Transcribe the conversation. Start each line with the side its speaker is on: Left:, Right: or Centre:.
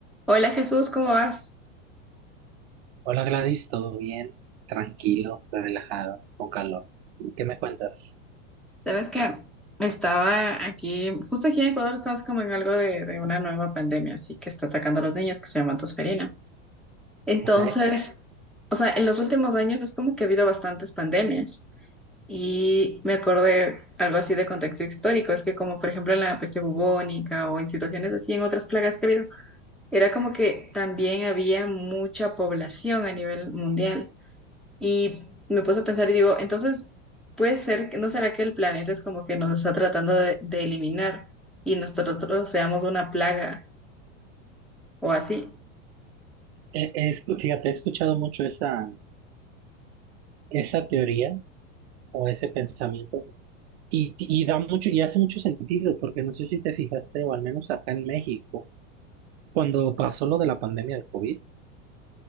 Centre: Hola Jesús, ¿cómo vas?
Right: Hola Gladys, ¿todo bien? Tranquilo, relajado, con calor. ¿Qué me cuentas?
Centre: Sabes que estaba aquí, justo aquí en Ecuador estamos como en algo de, de una nueva pandemia, así que está atacando a los niños que se llama tosferina. Entonces,
Right: Ok.
Centre: o sea, en los últimos años es como que ha habido bastantes pandemias y me acordé algo así de contexto histórico, es que como por ejemplo en la peste bubónica o en situaciones así en otras plagas que ha habido, era como que también había mucha población a nivel mundial. Y me puse a pensar y digo, entonces, puede ser, que- ¿no será que el planeta es como que nos está tratando de, de eliminar y nosotros seamos una plaga o así?
Right: He- he escu- fíjate, he escuchado mucho esa, esa teoría o ese pensamiento y, y da mucho, y hace mucho sentido, porque no sé si te fijaste, o al menos acá en México, cuando pasó lo de la pandemia del COVID,